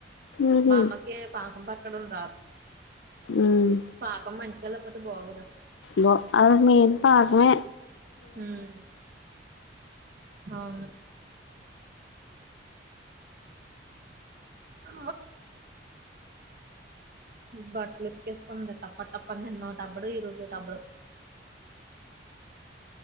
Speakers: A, on the left; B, on the right.
A: ఉహు
B: మా అమ్మకి పాకం పట్ట క్కడుందా
A: ఉమ్
B: పాకం మంచి ఎల్లపోతే బాగోదు అసల
A: నొ ఔర్ మీద్ పాకమె
B: హుమ్ అవును అ బట్టలు ఉతికేసుకుంది టప్ప టప్ప నిన్నో టబ్బుడు ఈ రోజు ఒ టబ్బుడు,